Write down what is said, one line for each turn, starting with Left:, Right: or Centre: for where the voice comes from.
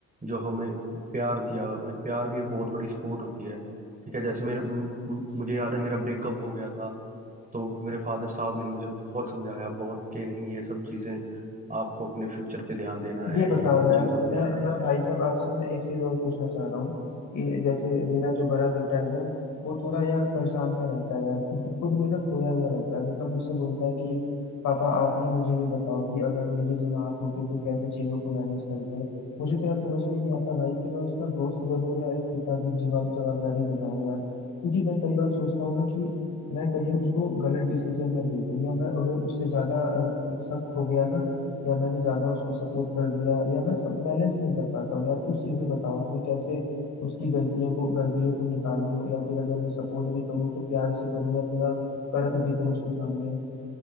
Right: जो हमें प्यार दिया एक प्यार भी एक बहुत बड़ी सपोर्ट होती है ठीक है जैसे मेरा म- म- मुझे याद है मेरा ब्रेकअप हो गया था तो मेरे फादर साहब ने मुझे बहुत समझाया बहुत कि नहीं ये सब चीज़ें आपको अपने फ्यूचर पे ध्यान देना है
Left: ये बताओ
Right: ये सब
Left: यार
Right: चीज़ों पे
Left: मैं
Right: ध्यान नहीं
Left: मैं
Right: देना
Left: भाई साहब आपसे मैं एक चीज और पूछना चाह रहा हूँ कि जैसे मेरा जो बड़ा बेटा है ना वो थोड़ा यार परेशान सा रहता है यार खुद खुद में ना खोया हुआ रहता है मतलब मुझसे बोलता है कि पापा आप ना मुझे ये बताओ कि अगर मेरी जगह आप होते तो कैसे चीजों को मैनेज करते मुझे तो यार समझ में नहीं आता भाई कि मैं उसका दोस्त बनूं या एक पिता की जवाब जवाबदारी दिलाऊं यार क्योंकि मैं कई बार सोचता हूँ ना कि मैं कहीं उसको गलत डिसीजन न दे दूं या मैं अगर उससे ज्यादा अ, एक सख्त हो गया ना या मैंने ज्यादा उसको सपोर्ट कर दिया या मैं सब बैलेंस नहीं कर पाता हूँ यार उस चीज में बताओ आप मैं कैसे उसकी गलतियों को गलतियों को निकालूं या फिर अगर मैं सपोर्ट भी करूँ तो प्यार से करूँ या थोड़ा कड़क दिखूं उसके सामने